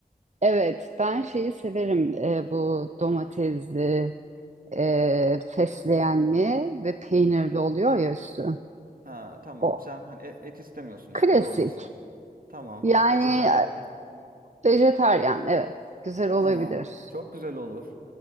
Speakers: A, on the right; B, on the right.
A: evet ben şeyi severim e, bu domatesli, e, fesleğenli ve peynirli
B: Hı hı.
A: oluyor ya üstü.
B: Ha tamam.
A: O
B: Sen hani e- et istemiyorsun üstünde
A: klasik.
B: olmasın. Tamam.
A: Yani
B: Vejeteryan.
A: e, vejetaryen evet güzel olabilir.
B: Tamam. Çok güzel olur.